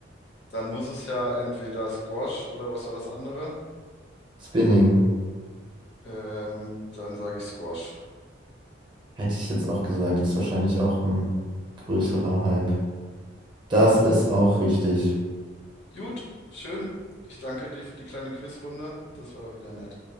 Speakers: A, on the left; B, on the right.
A: dann muss es ja entweder Squash oder was war das andere?
B: Spinning.
A: Ähm, dann sage ich Squash.
B: Hätte ich jetzt auch gesagt, ist wahrscheinlich auch ein größerer Hype. Das ist auch richtig.
A: Gut, schön. Ich danke dir für die kleine Quizrunde. Das war doch wieder nett.